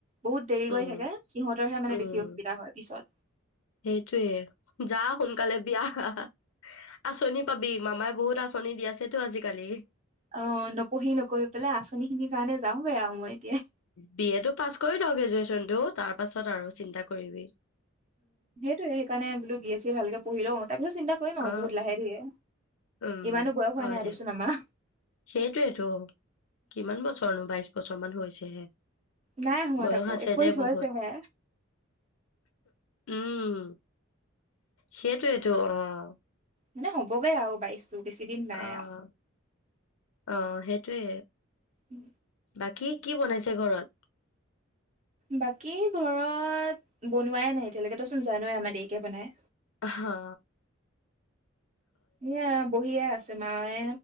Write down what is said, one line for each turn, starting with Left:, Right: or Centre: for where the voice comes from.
Right: বহুত দেৰি
Left: উম,
Right: কৰি থাকে সিহঁত হে মানে
Left: উম,
Right: বেছি অসুবিধা হয় পিছত
Left: সেইটোয়ে যা সোনকালে বিয়া খা আচনি পাবি মামাই বহুত আচনি দি আছেতো আজিকালি
Right: আহ নপঢ়ি নকৰি পেলাই আচনি খিনিৰ কাৰণে যাওঁগৈ আৰু মই এতিয়া
Left: বি এ টো পাছ কৰি ল গ্ৰেজুৱেচনটো তাৰ পাছত আৰু চিন্তা কৰিবি
Right: ত সেইকাৰনে বোলো বি এ চি এ ভালকে পঢ়ি লওঁ তাৰ পিছত চিন্তা কৰিম
Left: অ
Right: আৰু বহুত লাহে ধীৰে
Left: উম
Right: ইমানো বয়স হোৱা
Left: হয়
Right: নাই
Left: দে
Right: দেচোন আমাৰ
Left: সেইটোয়েটো কিমান বছৰনো বাইশ বছৰ মান হৈছেহে
Right: নাই হোৱা
Left: বয়স
Right: তাকো
Left: আছে
Right: একৈশ
Left: দে বহুত
Right: হৈছেহে
Left: উম সেইটোয়েটো অ <inaudible>
Right: মানে হ'বগে আৰু বাইছ বেছি দিন নাই
Left: অ',
Right: আৱ
Left: অ সেইটোৱে
Right: উম
Left: বাকী কি বনাইছে ঘৰত
Right: বাকী ঘৰত বনোৱাই নাই এতিয়ালৈকে তই চোন জানই আমাৰ দেৰিকে বনাই
Left: আহা
Right: এয়া বহিয়ে আছে মায়ে